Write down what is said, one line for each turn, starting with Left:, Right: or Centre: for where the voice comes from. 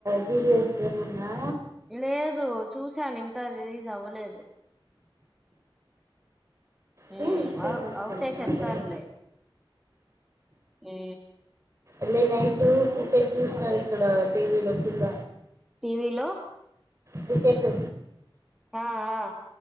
Right: జిడిఎస్ గేమింగా
Centre: లేదు చూశానింకా రిలీజ్ అవ్వలేదు
Right: తే
Centre: ఊ
Right: ఇన్స్టైల్ చేసుకుంటున్నా
Centre: అవుతే చెప్తాన్లే
Right: డాడీ
Centre: ఊ
Right: ళ్ళీ నైట్ ఫుటేజ్ చూసినరు ఇక్కడ టీవీ లో కింద
Centre: విలో
Right: వికెటు
Centre: ఆ అ